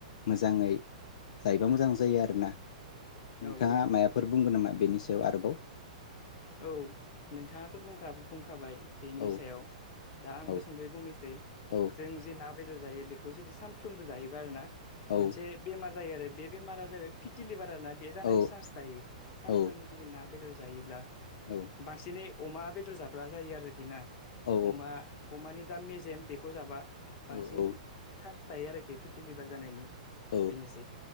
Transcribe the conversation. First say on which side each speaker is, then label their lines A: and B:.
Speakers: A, on the left; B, on the left.
A: मोजाङै जायोबा मोजां जायो आरोना। नोंथाङा
B: औ औ
A: माबाफोर बुंगोन नामा? बेनि सायाव आरोबाव।
B: औ नोंथाङाथ' बुंखा बुंखाबाय। बेनि
A: औ
B: सायाव दा आंबो
A: औ
B: सुंद'यै बुंनोसै
A: औ
B: जों जे ना बेदर बेदर जायो बेखौ जुदि सानफ्रोमबो जायोबा आरोना।
A: औ
B: मोनसे बेमार जायो आरो। बे बेमारा जाबाय फिटि लिभार। आरोना बे जानायनि
A: औ
B: चान्स थायो सानफ्रोमबो
A: औ
B: जुदि ना बेदर जायोब्ला
A: औ
B: बांसिनै अमा बेदर जाब्ला जायो आरोखिना।
A: औ
B: अमा अमानि मेजेम बेखौ जाबा। बांसिन
A: औ औ
B: सान्स थायो आरोखि फिथि लिभार जानायनि।
A: औ
B: बेनोसै